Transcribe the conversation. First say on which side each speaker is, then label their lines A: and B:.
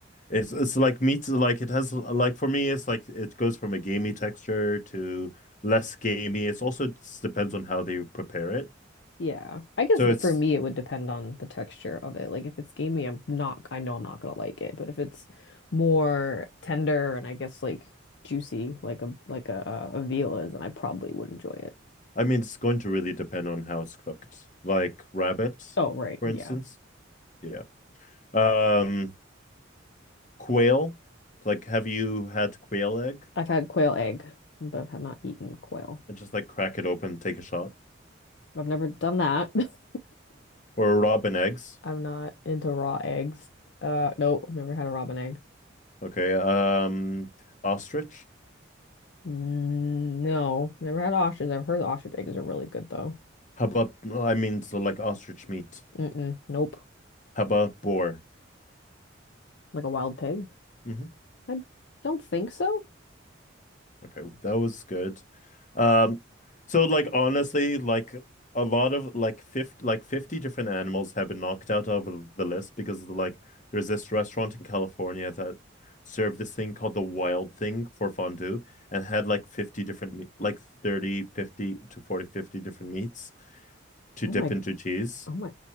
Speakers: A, on the left; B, on the left.
A: It's it's like meat, like it has like for me, it's like it goes from a gamey texture to less gamey. It's also just depends on how they prepare it.
B: yeah. I guess
A: So
B: that
A: it's
B: for me it would depend on the texture of it. Like if it's gamey, I'm not, I know I'm not gonna like it. But if it's more tender and I guess like juicy, like a like a, a veal is, then I probably would enjoy it.
A: I mean it's going to really depend on how it's cooked. Like rabbit,
B: Oh, right,
A: for
B: yeah.
A: instance. Yeah. Um quail. Like have you had quail egg?
B: I've had quail egg, but I've had not eaten quail.
A: And just like crack it open, take a shot. <laughs>
B: I've never done that. <laughs>
A: Or robin eggs.
B: I'm not into raw eggs. Uh, no, I've never had a robin egg.
A: Okay. Um ostrich.
B: Mm, no, never had ostrich. I've heard ostrich eggs are really good though.
A: How about I mean so like ostrich meat.
B: Mm-mm, nope.
A: How about boar?
B: Like a wild pig?
A: Mhm.
B: I don't think so.
A: Okay, that was good. Um, so like honestly, like a lot of like 50, like 50 different animals have been knocked out of the list because of the, like there's this restaurant in California that served this thing called the wild thing for fondue and had like 50 different meat like 30 50 to 40 50 different meats to
B: Oh
A: dip
B: my,
A: into cheese.
B: oh my,